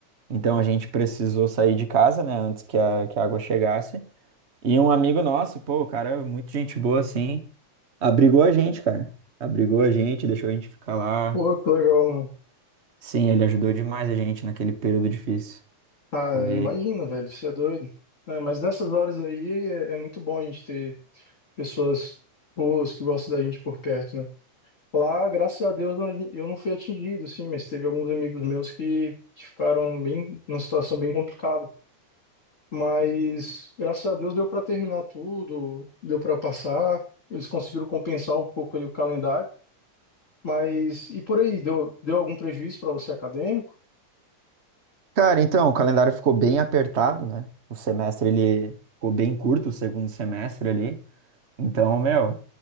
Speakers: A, on the right; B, on the left.
A: Então a gente precisou sair de casa, né? Antes que a, que a água chegasse. E um amigo nosso, pô, o cara, é muito gente boa assim, abrigou a gente, cara. Abrigou a gente, deixou a gente ficar lá.
B: pô, que legal, mano.
A: Sim, ele ajudou demais a gente naquele período difícil.
B: Ah,
A: Foi.
B: eu imagino, velho, você é doido. É, mas nessas horas aí é, é muito bom a gente ter pessoas boas que gostam da gente por perto, né? Lá, graças a Deus, não- eu não fui atingido, sim, mas teve alguns amigos meus que, que ficaram bem, numa situação bem complicada. Mas graças a Deus deu para terminar tudo, deu para passar, eles conseguiram compensar um pouco ali o calendário. Mas e por aí, deu, deu algum prejuízo para você acadêmico?
A: Cara, então, o calendário ficou bem apertado, né? O semestre ele ficou bem curto, o segundo semestre ali. Então, meu,